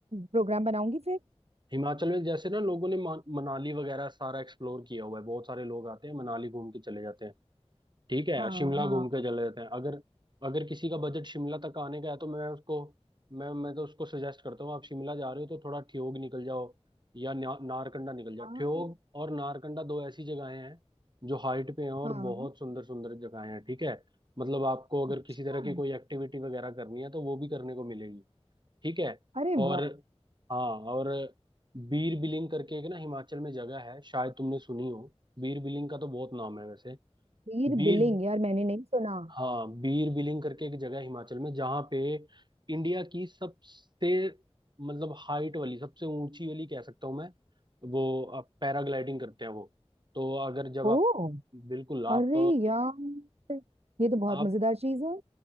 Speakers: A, on the right; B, on the right.
A: प्रोग्राम बनाऊंगी फिर
B: हिमाचल में जैसे ना लोगों ने मा- मनाली वगैरह सारा एक्सप्लोर किया हुआ है बहुत सारे लोग आते हैं मनाली घूम के चले जाते हैं ठीक है
A: हाँ
B: शिमला
A: हाँ
B: घूम के चले जाते हैं अगर अगर किसी का बजट शिमला तक आने का है तो मैं उसको मैं मैं तो उसको सजेस्ट करता हूँ आप शिमला जा रहे हो तो थोड़ा ठियोग निकल जाओ या न्या- नारकंडा निकल जाओ
A: हाँ
B: ठियोग और नारकंडा दो ऐसी जगहें हैं जो हाइट पे हैं और
A: हाँ
B: बहुत सुंदर सुंदर जगहें हैं ठीक है मतलब आपको अगर
A: अच्छा
B: किसी तरह की कोई एक्टिविटी वगैरह करनी है तो वो भी करने को मिलेगी ठीक है
A: अरे
B: और
A: वाह
B: हाँ और बीर बिलिंग करके एक ना हिमाचल में जगह है शायद तुमने सुनी हो बीर बिलिंग का तो बहुत नाम है वैसे
A: वीर
B: बीर
A: बिलिंग यार मैंने नहीं सुना
B: हाँ बीर बिलिंग करके एक जगह है हिमाचल में जहाँ पे इंडिया की सबसे मतलब हाइट वाली सबसे ऊंची वाली कह सकता हूँ मैं वो आप पैराग्लाइडिंग करते हैं वो तो अगर जब
A: ओ
B: आप बिल्कुल आप
A: अरे यार ये तो बहुत
B: आप
A: मजेदार चीज है